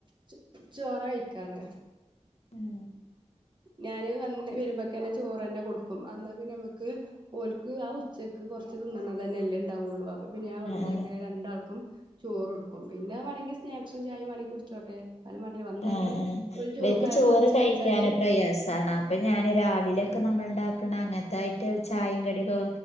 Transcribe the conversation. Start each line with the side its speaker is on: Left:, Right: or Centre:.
Right: ച ചോറാ കഴിക്കാറ്
Left: ഉം
Right: ഞാന് വന്ന് വരുമ്പക്കന്നെ ചോറ്ന്നെ കൊടുക്കും എന്നാ പിന്നെ നമ്മുക്ക് ഓൽക്ക് ആഹ് ഉച്ചക്ക് കുറച്ച് തിന്നണ തന്നെല്ലെ ഉണ്ടാവുള്ളു അ പ്പ പ്പിന്നെ ഞാൻ വന്നേക്കെന്നെ
Left: ആഹ്
Right: രണ്ടാൾക്കും ചോറൊടുക്കും പിന്നെ വേണങ്കി സ്നാക്സും ചായയും വേണെങ്കി കുടിച്ചോട്ടെ എന്നാലും വേണ്ടില്ല വന്നേക്കനെ
Left: ആഹ് ആഹ്
Right: ഒരു
Left: ഇവർക്ക്
Right: വയറ്
Left: ചോറ്
Right: നറച്ച്
Left: കഴിക്കൻ
Right: കഴിച്ചാല്
Left: പ്രയാസം സണ അപ്പം ഞാൻ രാവിലെയൊക്കെ നമ്മൾ ണ്ടാക്കണം അങ്ങനത്തെ അതായിട്ട് ചായയും കടിയൊക്കെ